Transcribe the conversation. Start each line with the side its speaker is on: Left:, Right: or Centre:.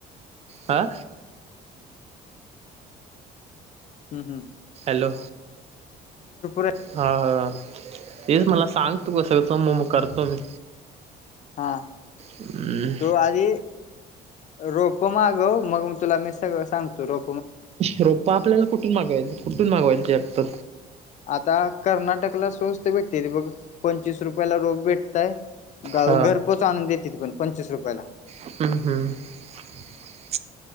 Right: हा.
Left: हू हू.
Right: हॅलो,
Left: आहे
Right: हा हा तेच
Left: हम्म
Right: मला सांग तू कस सम म करतो मी.
Left: हा,
Right: हम्म
Left: तु आधी रोप प मागव मग मी तुला मी सगळं सांगतो रो
Right: रोपं आपल्याला कुठून मागवायल कुठून मागवायलते आता?
Left: आता कर्नाटकला स्वस्त भेटतेती बघ, पंचवीस रुपयाला रोप भेट तय, गा
Right: हा
Left: घर पोहच आणून देतेती पण पंचवीस रुपयाला.
Right: हम्म हम्म <inaudible>